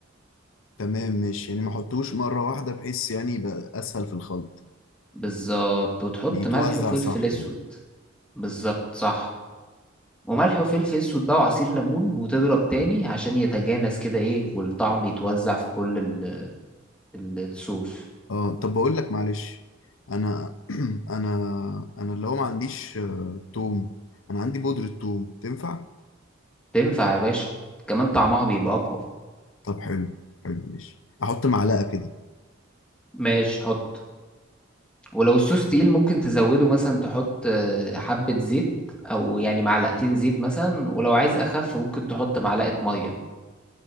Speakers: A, on the left (about 80°); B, in the centre.
A: تمام ماشي يعني ما أحطوش مرة واحدة بحيث يعني يبقى أسهل في الخلط
B: بالظبط وتحط
A: يتوزع
B: ملح وفلفل
A: صح
B: اسود
A: يعني.
B: بالظبط صح وملح وفلفل اسود بقى وعصير ليمون وتضرب تاني عشان يتجانس كده ايه والطعم يتوزع في كل ال- ال- الصوص
A: اه طب بقول لك معلش انا <clears throat> انا انا اللي هو ما عنديش آه، توم انا عندي بودرة توم تنفع
B: تنفع يا باشا كمان طعمها بيبقى اقوى
A: طب حلو حلو ماشي احط معلقة كده
B: ماشي حط ولو الصوص تقيل ممكن تزوده مثلا تحط آه، حبة زيت أو يعني معلقتين زيت مثلا ولو عايز أخف ممكن تحط معلقة مية